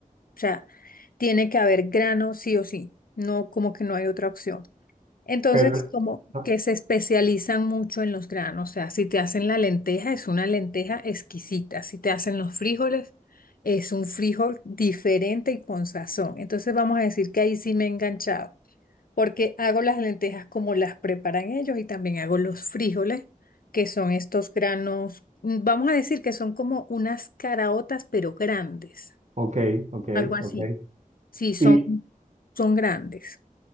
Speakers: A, on the left (about 80°); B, on the right (about 55°).
A: O sea, tiene que haber grano sí o sí, no como que no hay otra opción. Entonces,
B: pero...
A: como
B: ah,
A: que se especializan mucho en los granos, o sea, si te hacen la lenteja, es una lenteja exquisita, si te hacen los frijoles, es un frijol diferente y con sazón. Entonces, vamos a decir que ahí sí me he enganchado porque hago las lentejas como las preparan ellos y también hago los frijoles, que son estos granos, mm, vamos a decir que son como unas caraotas, pero grandes,
B: Ok, ok,
A: algo así.
B: ok.
A: Sí, son,
B: Y,
A: son grandes.